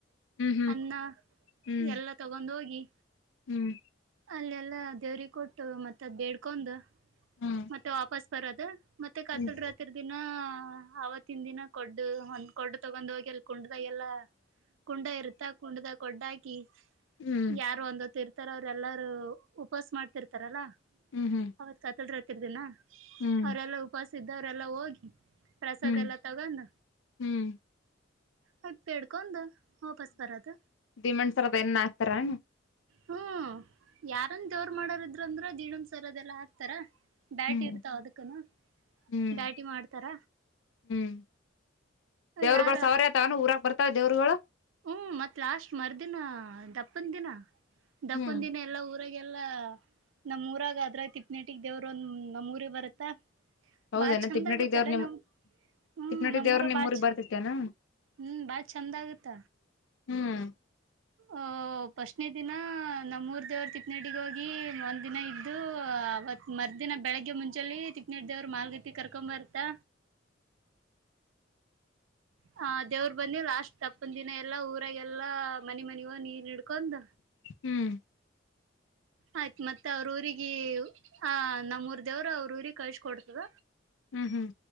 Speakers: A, on the left; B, on the right.
A: ಹ್ಮ್
B: ಅನ್ನ
A: ಹ್ಮ್
B: ಎಲ್ಲ ತಗೊಂಡೋಗಿ.
A: ಹ್ಮ್
B: ಅಲ್ಲೆಲ್ಲ ದೇವ್ರಿಗ್ ಕೊಟ್ಟು ಮತ್ತ ಅದ ಬೇಡ್ಕೊಂಡು.
A: ಹ್ಮ್
B: ಮತ್ತೆ ವಾಪಸ್ ಬರೋದು ಮತ್ತೆ ಕಾತಲ್
A: ಹ್ಮ್
B: ರಾತ್ರಿ ದಿನಾ ಆವತ್ತಿನ ದಿನ ಗೊಡ್ ಒಂದ್ ಗೊಡ್ ತಗೊಂಡ ಹೋಗಿ ಎಲ್ಲಿ ಗೊಡ್ದಾಗೆಲ್ಲ ಕುಂಡ ಇರುತ್ತಾ ಕುಂಡ್ದಾಗ್ ಗೊಡ್ಡಾಕಿ
A: ಹ್ಮ್
B: ಯಾರು ಒಂದ್ ಹೊತ್ತು ಇರ್ತಾರ ಅವ್ರ ಎಲ್ಲಾರೂ ಉಪಾಸ್ ಮಾಡ್ತಿರ್ತಾರಲ್ಲಾ.
A: ಹ್ಮ್ ಹ್ಮ್
B: ಅವತ್ ಸತ್ತಳರ ಹತ್ತರ್ದಿನ
A: ಹ್ಮ್
B: ಅವರೆೆಲ್ಲಾ ಉಪವಾಸ ಇದ್ದೋರೆಲ್ಲಾ ಹೋಗಿ ಪ್ರಸಾದೆಲ್ಲ
A: ಹ್ಮ್
B: ತಗಂಡ್
A: ಹ್ಮ್
B: <unintelligible> ವಾಪಸ್ ಬರದು.
A: <unintelligible> ಎನ್ ಹಾಕ್ತಾರಾನು?
B: ಹ್ಮ್ ಯಾರನ್ ದೇವ್ರ ಮಾಡಾರಿದ್ರ ಅಂದ್ರ ದಿಡಂ ಸರದೆಲ್ಲಾ ಹಾಕ್ತಾರ ಬ್ಯಾಟಿ
A: ಹ್ಮ್
B: ಇರ್ತಾವ ಅದಕ್ಕನು
A: ಹ್ಮ್
B: ಬ್ಯಾಟಿ ಮಾಡ್ತಾರ
A: ಹ್ಮ್ ದೇವ್ರಗಳು
B: ಯಾರ
A: ಸವಾರ ಆತಾವನು ಊರಕ್ ಬರ್ತಾವ ದೇವ್ರುಗಳು
B: ಹ್ಮ್ ಮತ್ ಲಾಸ್ಟ್ ಮರ್ದಿನ ದಪ್ಪಂದ ದಿನ ದಪ್ಪನ್
A: ಹ್ಮ್
B: ದಿನೇ ಎಲ್ಲ ಊರಾಗಲ್ಲಾ ನಮ್ಮ್ ಊರಾಗ ಅದ್ರಾಗ ತಿಪ್ಪನೆಟಿಗೆ ದೇವ್ರ ಒಂದ ನಮ್ಮ್ ಊರಿಗೆ ಬರತ್ತಾ
A: ಹೌದೇನ
B: ಬಾಳ ಚಂದ
A: ತಿಪ್ನಟಿ
B: ಆಗತ್ತಲ್ಲ
A: ದೇವ್ರ ನಿಮ್
B: ನಮ್ ಹ್ಮ್
A: ತಿಪ್ನಟಿ
B: ನಮೂರ
A: ದೇವ್ರ ನಿಮ್ಮೂರಿಗ್
B: ಬಾಳ ಚ
A: ಬರ್ತೇತೇನ
B: ಹ್ಮ್ ಬಾಳ ಚಂದ ಆಗತ್ತ
A: ಹ್ಮ್
B: ಅ ಫಸ್ಟ್ನೇ ದಿನ ನಮ್ಮೂಊರ್ ದೇವರು ತಿಕ್ಕನಡಿಗೆ ಹೋಗಿ ಒಂದ ದಿನ ಇದ್ದು ಅವತ್ ಮರ್ನ ಬೆಳಗ್ಗೆ ಮುಂಚೆ ತಿಕ್ನಡ ದೇವ್ರು ಮಾಲ್ಗತ್ತಿ ಕರ್ಕೊ ಬರ್ತಾ ಹ ದೇವ್ರ ಬಂದಿ ಲಾಸ್ಟ್ ತಪ್ಪನ್ ದಿನ ಎಲ್ಲಾ ಊರಾಗಲ್ಲಾ ಮನ ಮನಗ ನೀರ್ ಹಡ್ಕೊಂಡ್
A: ಹ್ಮ್
B: ಆಯ್ತ್ ಮತ್ತೆ ಅವ್ರ ಊರಿಗೆ ಆ ನಮ್ಮೂರ್ ದೇವರು ಅವ್ರ ಊರಿಗೆ ಕಳ್ಸಕ ಕೊಡ್ತದ
A: ಹ್ಮ್ ಹ್ಮ್